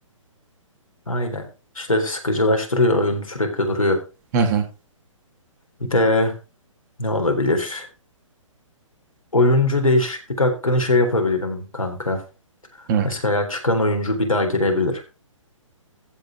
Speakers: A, on the left (about 80°); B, on the right (about 30°).
A: Aynen. İşte sıkıcılaştırıyor oyun sürekli duruyor.
B: Hı hı.
A: Bir de ne olabilir? Oyuncu değişiklik hakkını şey yapabilirim kanka.
B: hı.
A: Mesela çıkan oyuncu bir daha girebilir.